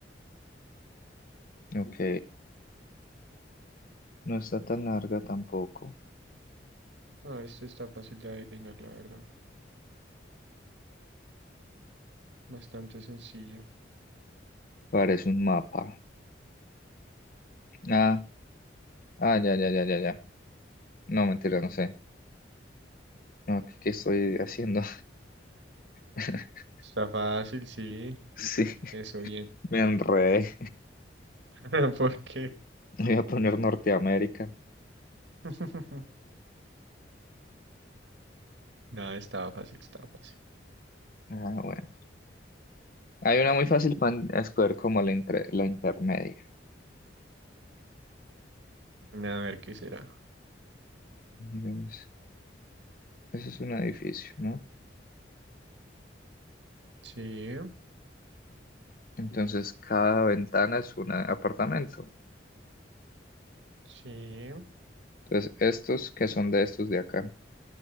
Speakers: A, on the left (about 50°); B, on the right (about 80°).
A: Ok, no está tan larga tampoco.
B: Ah, esta está fácil de adivinar, la verdad. Bastante sencilla.
A: Parece un mapa. Ah, ah, ya, ya, ya, ya, ya. No, mentira, no sé. No, ¿qué, qué estoy haciendo? <laughs>
B: Está fácil, sí.
A: Sí,
B: Eso bien.
A: me enredé.
B: <laughs> ¿Por qué?
A: Voy a poner Norteamérica.
B: <laughs> No, estaba fácil, estaba fácil.
A: Ah, bueno. Hay una muy fácil para escoger como la, entre- la intermedia.
B: A ver qué será.
A: digamos, eso es un edificio, ¿no?
B: Sí,
A: Entonces, cada ventana es un apartamento.
B: sí.
A: Entonces, estos que son de estos de acá